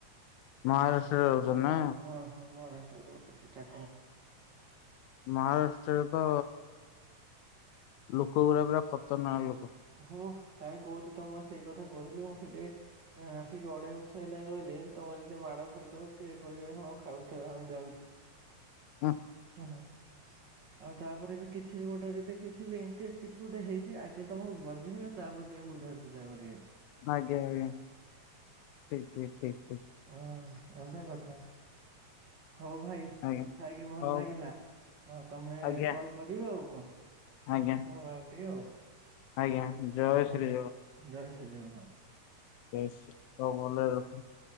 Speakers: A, on the left; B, on the right.
A: ମହାରାଷ୍ଟ୍ରରେ ରହୁଚ ନା?
B: ହଁ ହଁ ମହାରାଷ୍ଟ୍ର ରହୁଛି ଚା
A: ମହାରାଷ୍ଟ୍ରରେ ତ ଲୋକ ଗଡା ପୁରା ଖତରନାକ ଲୋକ
B: ହଁ କାଇହିଁ କହୁଛ ତମ ସେଇ କଥା କହିଲି ମୁଁ ସେଠି ଏ ଆସିକି ଅଢେଇ ବଷ ହେଲାଣି ରହିଲି ତମେ ଯଦି ମାଡ଼ ଖାଉଥିବ ସିଏ କହିବେ ହଁ ଖାଉଥିବ ଆମେ ଯାଉଛୁ।
A: ହ
B: <inaudible> ଆଉ ତାପରେ ବି କିଛି ବି ଗୋଟେ ଯଦି କିଛି ବି ଇନକସ୍ କିଛି ଗୋଟେ ହେଇଛି ଆଗେ ତମକୁ ବଜେଇବେ ତାପରେ ତଙ୍କେ ବୁଝା ସୁୁଝା କରିବେ।
A: ଆଜ୍ଞା ଆଜ୍ଞା ଠିକ ଠିକ ଠିକ ଠିକ।
B: ହଁ ଏମିତି କଥା ହଉ ଭାଇ
A: ଆଜ୍ଞା
B: କଥା ହେଇକି ଭଲ
A: ହଉ
B: ଲାଗିଲା ହ ତମେ
A: ଆଜ୍ଞା
B: କଲ କରିବ ଆଉ କଣ।
A: ଆଜ୍ଞା
B: କଥା ହବା ଆଉ ଟିକେ ଆଉ
A: ଆଜ୍ଞା ଜୟ
B: ହଁ
A: ଶ୍ରୀ
B: ହଁ ଜୟ ଶ୍ରୀ ଜଗନ୍ନାଥ।
A: ବେଶ ତ ଭଲ ରଖ <unintelligible>